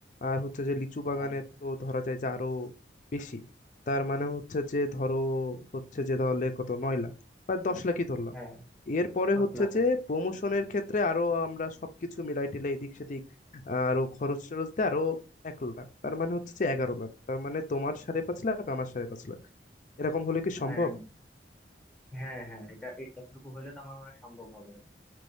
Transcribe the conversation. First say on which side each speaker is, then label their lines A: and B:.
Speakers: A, on the left; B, in the centre.
A: আর হচ্ছে যে লিচু
B: হ্যাঁ
A: বাগানে তো ধরা যায় যে আরো বেশি তার মানে হচ্ছে যে ধরো হচ্ছে যে তাহলে কত নয় লাখ বা দশ লাখই ধরলাম
B: হ্যাঁ
A: এরপরে
B: দশ
A: হচ্ছে
B: লাখ
A: যে
B: আর কি
A: প্রমোশনের ক্ষেত্রে আরো আমরা সবকিছু মিলাই টিলাই এদিক সেদিক আহ, আরো খরচ টরচ দিয়ে আরো এক লাখ তার মানে হচ্ছে যে এগারো লাখ তার মানে তোমার সাড়ে পাঁচ লাখ আমার সাড়ে পাঁচ লাখ এরকম হলে কি সম্ভব
B: হ্যাঁ হ্যাঁ হ্যাঁ এটা এ- এতটুকু হইলে তো আমার মনে হয় সম্ভব হবে আর কি।